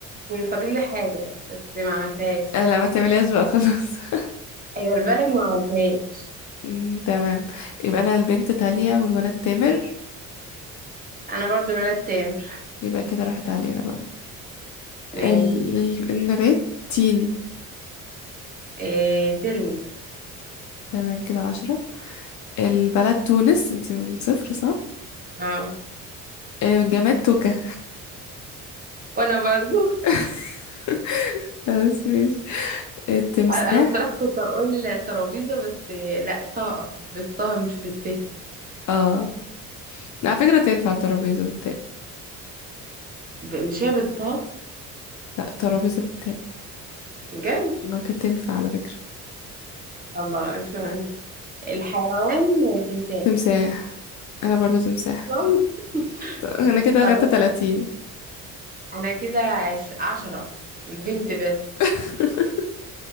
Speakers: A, on the right (about 20°); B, on the left (about 45°).
A: فاضل لي حاجة بس ما عملتهاش
B: أه لا ما تعمليهاش بقى خلاص <laughs>
A: أيوة البلد ما عملتهاش
B: مم، تمام يبقى انا البنت تالية والولد تامر
A: أنا برضو الولد تاني
B: يبقى كده راحت علينا بقى
A: ماشي
B: ال... ال- النبات تين
A: إيه ترمس
B: تمام كده عشرة البلد تونس انتي من صفر صح
A: اه
B: آه، جماد توكة
A: وأنا برضو
B: <laughs> بس ماشي التمساح
A: <laughs> أنا الصراحة كنت أقول ترابيزة بس إيه، لا طاقة بالطه مش بالت
B: اه على فكرة تنفع ترابيزة بالتاء
A: ب- مش هي بالطه
B: لا ترابيزة بالتاء
A: بجد
B: آه، كانت تنفع على فكرة
A: الله بقى مش مهم الحيوان تمساح
B: تمساح انا برضو تمساح
A: طب، <laughs>
B: <laughs> انا كده اخدت
A: خلاص
B: 30
A: أنا كده عش... عشرة البنت بس
B: <laughs>